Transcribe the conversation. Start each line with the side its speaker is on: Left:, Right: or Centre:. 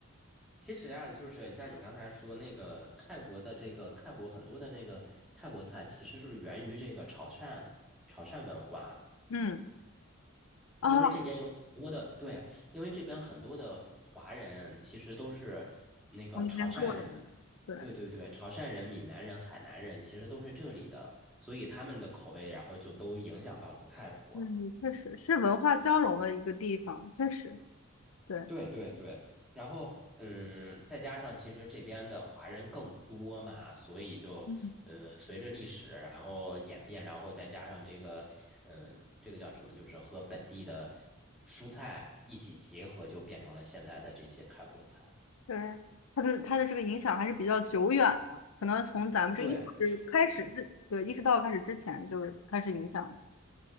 Centre: 其实啊，就是你像你刚才说那个泰国的这个泰国很多的那个泰国菜，其实是源于这个潮汕潮汕文化。
Left: 嗯，哦，
Centre: 因为这边有很多的，对，因为这边很多的华人其实都是那个潮汕人，
Left: 从那边过来的，对，
Centre: 对对对，潮汕人、闽南人、海南人其实都是这里的，所以他们的口味，然后就都影响到了泰国。
Left: 嗯，确实是文化交融的一个地方，确实，对，
Centre: 对对对，然后嗯，再加上其实这边的华人更多嘛，所以就嗯，
Left: 嗯，
Centre: 呃随着历史然后演变，然后再加上这个嗯，这个叫什么，就是和本地的蔬菜一起结合，就变成了现在的这些泰国菜。
Left: 对，它的它的这个影响还是比较久远的，可能从咱们这意识开始之，
Centre: 对，是的
Left: 对，意识到开始之前就是开始影响。